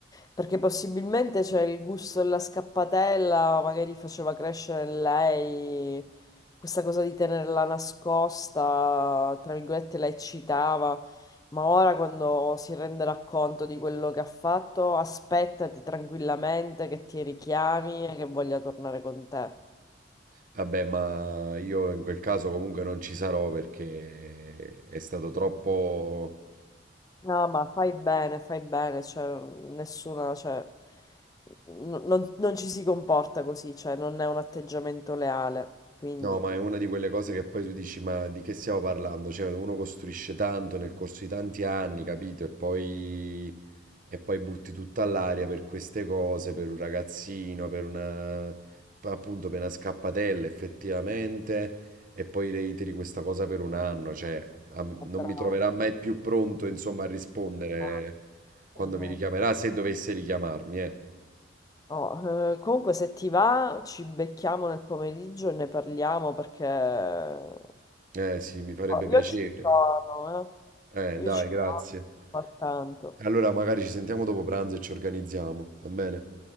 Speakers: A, on the left; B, on the right.
A: perché possibilmente c'è il gusto della scappatella, magari faceva crescere in lei questa cosa di tenerla nascosta, tra virgolette la eccitava, ma ora quando si renderà conto di quello che ha fatto, aspettati tranquillamente che ti richiami e che voglia tornare con te.
B: Vabbè, ma io in quel caso comunque non ci sarò perché è stato troppo...
A: No, ma fai bene, fai bene, cioè, nessuna, cioè, n- non, non ci si comporta così, cioè, non è un atteggiamento leale, quindi...
B: No, ma è una di quelle cose che poi tu dici, ma di che stiamo parlando? Cioè, uno costruisce tanto nel corso di tanti anni, capito? E poi E poi butti tutto all'aria per queste cose, per un ragazzino, per una, appunto, per una scappatella effettivamente, e poi reiteri questa cosa per un anno, cioè a- non
A: Bravo.
B: mi troverà mai più pronto, insomma, a rispondere
A: Eh,
B: quando
A: esatto.
B: mi richiamerà, se dovesse richiamarmi, eh.
A: Oh, eh, comunque se ti va ci becchiamo nel pomeriggio e ne parliamo perché Oh,
B: Eh sì, mi farebbe piacere.
A: io ci sono,
B: Eh,
A: eh.
B: dai,
A: Io ci
B: grazie.
A: sono, ma tanto,
B: Allora magari ci sentiamo dopo pranzo e ci organizziamo, va bene?